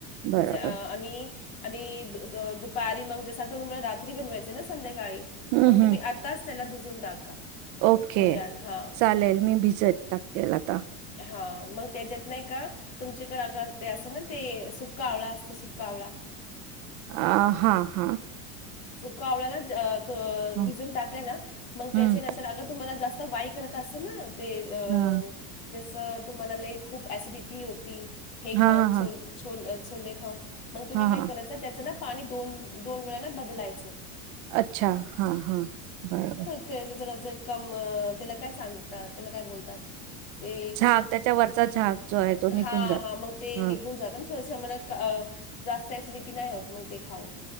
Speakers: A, on the right; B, on the left.
A: बरोबर
B: भिज आणि आणि द दुपारी मग जस आता तुम्हाला रात्री बनवायचंय ना संध्याकाळी
A: हम्म
B: मग
A: हम्म.
B: तुम्ही आ आताच त्याला भिजून टाका.
A: ओके
B: छोल्यान हां
A: चालेल मी भिजत टाकतील आता.
B: हा मग त्याच्यात नाही का तुमच्याकडे अगळ ते असं ना ते सुक्का आवळा असतं सुका आवळा
A: अ हा हा.....
B: सुका आवळा ना
A: हा.
B: भिजून टाकला ना मग
A: हम्म
B: त्याच्या नंतर अग तुमला जास्त वाय करत अस ना ते अ
A: हा
B: जसं तुम्हाला लई खूप ॲसिडिटी होती हे
A: हा
B: खाऊन
A: हा
B: सोल छोले छोले खाऊन मग तुम्ही
A: हा
B: काय
A: हा
B: करायच त्याचं ना पाणी दोन दोन वेळा ना बदलायचं.
A: अच्छा हा हा बरोबर.
B: च जरा ज काम त्याला काय सांगतात त्याला काय बोलतात. ते
A: झाग त्याच्या वरचा झाग जो आहे तो निघून
B: हा
A: जातो
B: हा मग ते
A: ह
B: निघून जात. थोडंसे आम्हाला का जास्त ॲसिडिटी नाही होत मग ते खाऊन